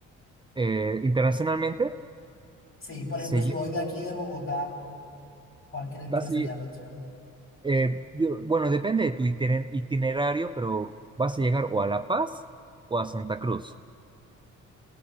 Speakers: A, on the right; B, on the left.
A: Eh, internacionalmente,
B: Sí, por
A: se,
B: ejemplo, si
A: lle-
B: voy de aquí de Bogotá, ¿cuál crees
A: vas
B: que sería
A: a lle-
B: la opción?
A: eh, yo- bueno, depende de tu itiner- itinerario, pero vas a llegar o a La Paz o a Santa Cruz.